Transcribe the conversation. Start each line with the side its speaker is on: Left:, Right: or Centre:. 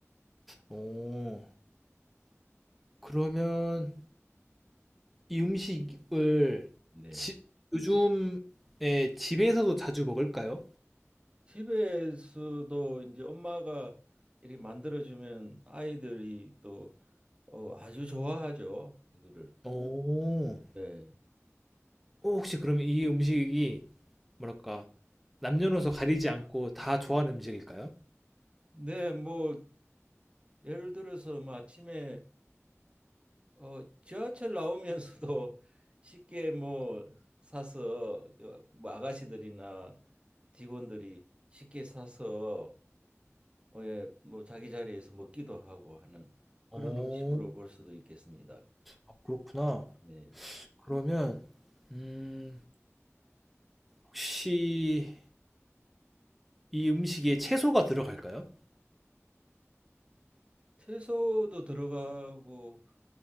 Centre: 오. 그러면 이 음식을
Right: 네.
Centre: 집 요즘에 집에서도 자주 먹을까요?
Right: 집에서도 이제 엄마가 이렇게 만들어주면 아이들이 또 어, 아주 좋아하죠. 이거를.
Centre: 오.
Right: 네.
Centre: 어, 혹시 그러면 이 음식이 뭐랄까 남녀노소 가리지 않고 다 좋아하는 음식일까요?
Right: 네, 뭐 예를 들어서 뭐 아침에 어, 지하철 나오면서도 <laughs> 쉽게 뭐 사서 뭐 아가씨들이나 직원들이 쉽게 사서 어, 예, 뭐 자기 자리에서 먹기도 하고 하는
Centre: 어,
Right: 그런 음식으로 볼 수도 있겠습니다.
Centre: 아, 그렇구나.
Right: 네.
Centre: 그러면 음, 혹시 이 음식에 채소가 들어갈까요?
Right: 채소도 들어가고